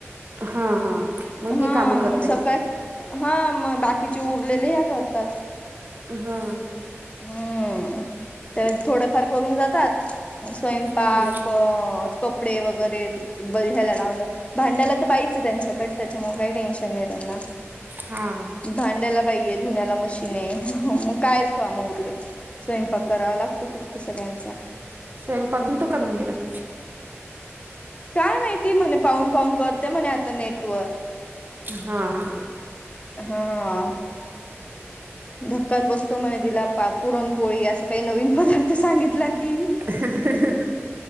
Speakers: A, on the right; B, on the left.
A: हा हा मग
B: हां
A: ही काम
B: मग
A: करते
B: सकाळी, हा मग बाकीचे उरलेले ह्या करतात.
A: हा
B: हम्म तर थोडफार करून जातात स्वयंपाक
A: हम्म
B: कपडे वगैरे ब ह्यायला लावणं भांड्याला तर बाईचं त्यांच्याकड त्याच्यामुळे काही टेन्शन नाही हे त्यांना
A: हा.
B: भांड्याला बाईए धुण्याला मशीन हे मग कायच काम उरले स्वयंपाक करावा लागतो फक्त सगळ्यांचा.
A: स्वयंपाक जमतो का मग याला?
B: काय माहिती म्हणे पाहून पाहून करते म्हणे आता नेटवर
A: हां.
B: हां. धक्काच बसतो म्हणे तिला पा पुरणपोळी असं काही नवीन पदार्थ सांगितला की.
A: हं हं हं हं